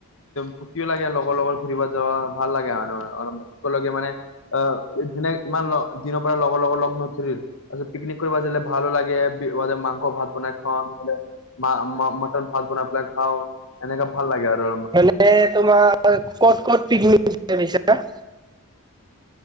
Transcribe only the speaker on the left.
ফূৰ্তিও লাগে লগৰ- লগত। ঘূৰিব যাওঁ ভাল লাগে মানে। অহ, একেলগে মানে। অ, দিনে ইমান দিনৰ পৰা লগৰ লগত লগ নধৰিল তাৰপিছত পিকনিক কৰিব যে। ভালো লাগে, মানে মাংস ভাত বনাই খাওঁ, মে মটন ভাত বনাই পেলাই খাওঁ। এনেকা ভাল লাগে আৰু।